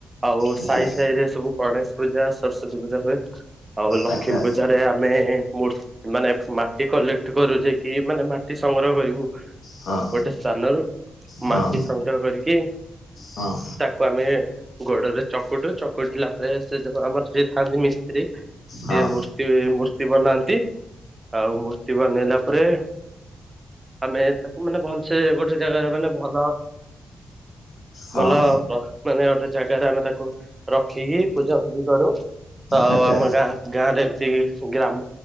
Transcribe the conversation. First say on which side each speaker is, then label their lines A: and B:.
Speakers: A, on the right; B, on the left.
A: ଆଉ
B: ଆଚ୍ଛା
A: ସାହି ସାହିରେ ସବୁ ଗଣେଶ ପୂଜା ସରସ୍ଵତୀ ପୂଜା ହୁଏ ଆଉ ଲକ୍ଷ୍ମୀ
B: ଆଚ୍ଛା
A: ପୂଜାରେ ଆମେ ମୂର୍ ମାନେ ମାଟି କଲେକ୍ଟ କରୁଛେ କି ମାନେ ମାଟି ସଂଗ୍ରହ କରିବୁ।
B: ହଁ
A: ଗୋଟେ ସ୍ଥାନରୁ
B: ହଁ
A: ମାଟି ସଂଗ୍ରହ କରିକି
B: ହଁ
A: ତାକୁ ଆମେ ଗୋଡରେ ଚକୁଟୁ ଚକୁଟିଲା ପରେ ସେ ଯୋଉ ଆମର ଯିଏ ଥାନ୍ତି ମିସ୍ତ୍ରୀ ସିଏ
B: ହଁ
A: ମୁ ସିଏ ମୂର୍ତ୍ତି ବନାନ୍ତି। ଆଉ ମୂର୍ତ୍ତି ବନେଇଲା ପରେ ଆମେ ତାକୁ ମାନେ ଭଲସେ ଗୋଟେ ଜାଗାରେ ମାନେ ଭଲ
B: ହଁ
A: ଭଲ ମାନେ ଗୋଟେ ଜାଗାରେ ଆମେ ତାକୁ ରଖିକି ପୂଜା ଫୁଜି କରୁ ଆଉ
B: ଆଚ୍ଛା
A: ଆମ ଗାଁ ଗାଁରେ ଏମତି ଗ୍ରାମ